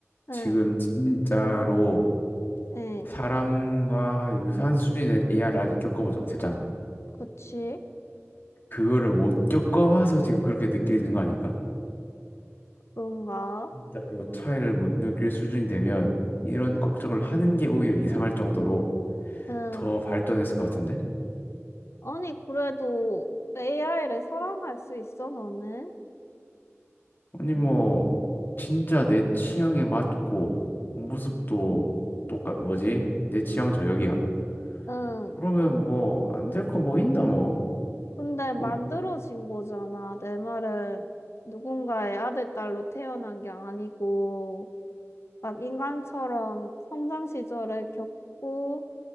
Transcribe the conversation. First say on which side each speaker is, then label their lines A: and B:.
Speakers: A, on the left (about 60°); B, on the left (about 45°).
A: 응,
B: 지금 진짜로
A: 응,
B: 사람과 유사한 수준의 AI를 아직 겪어보지 못했잖아.
A: 그치?
B: 그거를 못 겪어봐서 지금 그렇게 느끼는 거 아닐까?
A: 그런가?
B: 진짜로 차이를 못 느낄 수준이 되면 이런 걱정을 하는 게 오히려 이상할 정도로
A: 응.
B: 더 발전했을 것 같은데?
A: 아니, 그래도 AI를 사랑할 수 있어, 너는?
B: 아니 뭐 진짜 내 취향에 맞고 모습도 똑같 뭐지? 내 취향 저격이야.
A: 응.
B: 그러면 뭐 안 될 거 뭐 있나 뭐?
A: 근데 만들어진
B: 뭐 이-
A: 거잖아. 내 말은 누군가의 아들, 딸로 태어난 게 아니고, 막 인간처럼 성장 시절을 겪고,